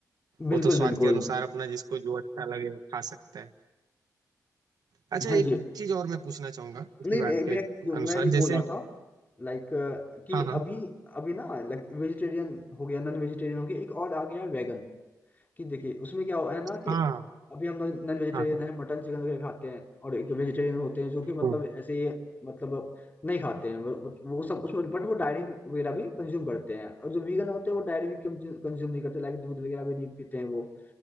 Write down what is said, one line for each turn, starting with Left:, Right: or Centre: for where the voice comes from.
Left: बिल्कुल
Right: वो तो स्वाद
Left: बिल्कुल
Right: के अनुसार अपना जिसको जो अच्छा लगे वो खा सकता है अच्छा
Left: हाँ
Right: एक
Left: जी
Right: चीज और मैं पूछना चाहूंगा इसी
Left: नहीं
Right: बात
Left: मैं मैं
Right: के अनुसार
Left: मैं ये
Right: जैसे
Left: बोल रहा था लाइक कि
Right: हाँ हाँ
Left: अभी अभी ना लाइक वेजिटेरियन हो गया नॉन वेजिटेरियन हो गया एक और आ गया वेगन कि देखिए उसमें क्या हो- है ना कि
Right: हाँ
Left: अभी हम नॉन वेजिटेरियन
Right: हाँ
Left: है मटन चिकन वगैरह खाते हैं और एक वेजिटेरियन होते हैं जो कि
Right: हाँ,
Left: मतलब ऐसे ही मतलब नहीं खाते हैं बट बट वो सब उसमें बट वो डायरी वगैरह भी कंज्यूम करते हैं और जो वीगन होते हैं वो डायरी भी कंज्यूम नहीं करते लाइक दूध वगैरह भी नहीं पीते हैं वो